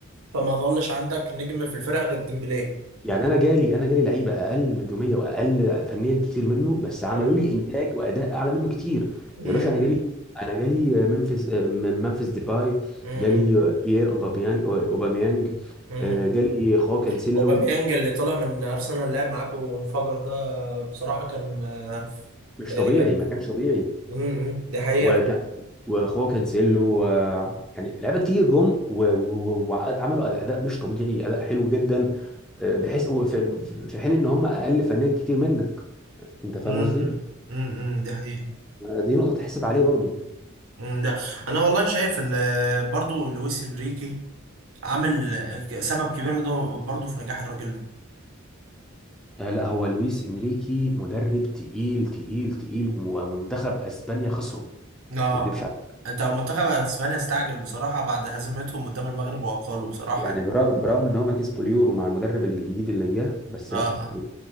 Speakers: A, on the right; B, in the centre.
A: فما ظلش عندك نجم في الفرقه غير ديمبلي
B: يعني انا جالي انا جالي لعيبه اقل نجوميه واقل فنيا كتير منه بس عملوا
A: آه.
B: لي انتاج واداء اعلى منه كتير
A: امم
B: يا باشا انا جالي انا جالي ممفيس ممفيس ديباي
A: امم
B: جالي بيير اوباميانج اوباميانج
A: امم
B: آه، جالي خواو كانسيلو
A: اوباميانج اللي طلع من ارسنال لعب معاكم وانفجر ده بصراحه كان آه،
B: مش
A: آه،
B: طبيعي
A: كان
B: ما كانش طبيعي
A: امم دي حقيقه
B: وكان وخواو كانسيلو و... يعني لعيبه كتير جم و- و- وعملوا اداء مش طبيعي اداء حلو جدا آه، بحيث في في حين ان هم اقل فنيا كتير منك انت فاهم
A: امم
B: قصدي؟
A: امم دي حقيقة
B: دي نقطة تحسب عليه برضو
A: امم ده انا والله شايف ان آه، برضو لويس انريكي عامل سبب كبير ده برضه في نجاح الراجل ده
B: آه لا هو لويس انريكي مدرب تقيل تقيل تقيل ومنتخب اسبانيا خسره
A: اه
B: ما اكدبش عليه
A: انت منتخب اسبانيا استعجل بصراحة بعد هزيمتهم قدام المغرب وأقالوا بصراحة
B: يعني
A: يعني
B: برغم برغم ان هما كسبوا اليورو مع المدرب الجديد اللي جه بس
A: اه
B: لا
A: اه
B: لو-